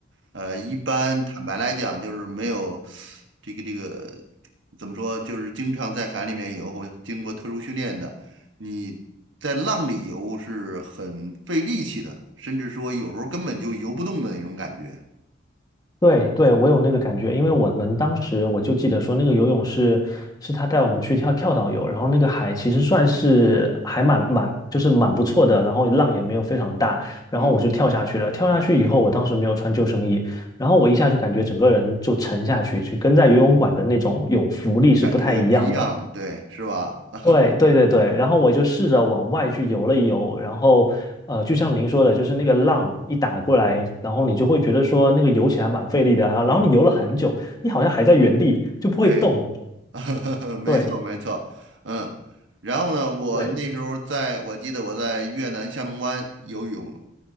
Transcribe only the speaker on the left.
对对，我有那个感觉，因为我们当时我就记得说，那个游泳是是他带我们去跳跳岛游，然后那个海其实算是还蛮蛮就是蛮不错的，然后浪也没有非常大，然后我就跳下去了。
跳下去以后，我当时没有穿救生衣，然后我一下就感觉整个人就沉下去，就跟在游泳馆的那种有浮力是不太一样的。
对对对对，然后我就试着往外去游了游，然后呃，就像您说的，就是那个浪一打过来，然后你就会觉得说那个游起来蛮费力的，然后然后你游了很久，你好像还在原地就不会动。
对
对，